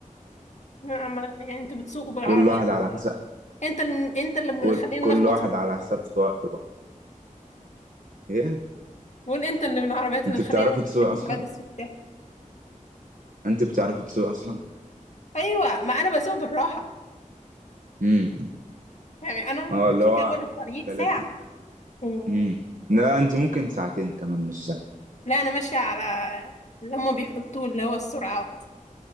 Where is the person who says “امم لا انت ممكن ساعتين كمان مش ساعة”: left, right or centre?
Right